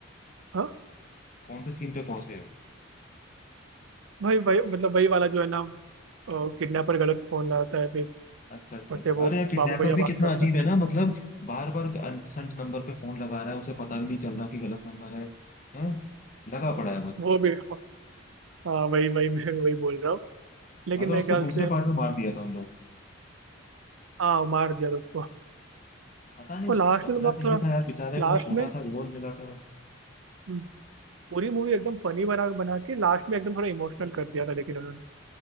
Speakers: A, on the right; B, on the left.
A: हाँ
B: कौन से सीन पे पहुंच गए हो?
A: भाई वही मतलब वही वाला जो है ना किडनैपर गलत फोन लगाता है फिर
B: अच्छा अच्छा
A: उससे
B: अच्छा
A: वो
B: अरे यार किडनैपर
A: बाबू भैया
B: भी कितना
A: बात करता
B: अजीब
A: है
B: है ना मतलब बार बार अनसेंट नंबर पे फोन लगा रहा है उसे पता भी नहीं चल रहा कि गलत नंबर है हैं लगा पड़ा है बस
A: वो भी हाँ वही वही मैं भी वही बोल रहा हूँ लेकिन
B: मगर
A: मेरे
B: उसको
A: ख्याल
B: दूसरे
A: से
B: पार्ट में मार दिया था उन लोगों
A: हाँ मार दिया था उसको
B: ने। पता नहीं उसको
A: और लास्ट
B: रखना
A: में तो मतलब
B: चाहिए
A: थोड़ा
B: था यार बेचारे को
A: लास्ट
B: छोटा
A: में
B: सा रोल मिला था बस
A: हम्म, पूरी मूवी एकदम फनी बना बना के लास्ट में एकदम थोड़ा इमोशनल कर दिया था लेकिन उन्होंने